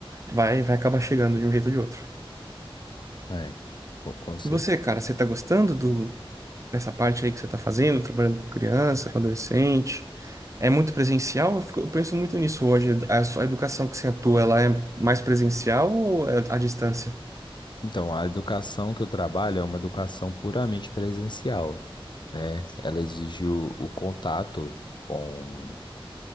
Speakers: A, on the right; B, on the left.
A: vai, vai acabar chegando de um jeito ou de outro.
B: É, com com cer-
A: E você, cara, você tá gostando do, dessa parte aí que você tá fazendo, trabalhando com criança, com adolescente? É muito presencial? Eu, fico- eu penso muito nisso hoje. A sua educação que você atua, ela é mais presencial ou é à distância?
B: Então, a educação que eu trabalho é uma educação puramente presencial, né? Ela exige o, o contato com,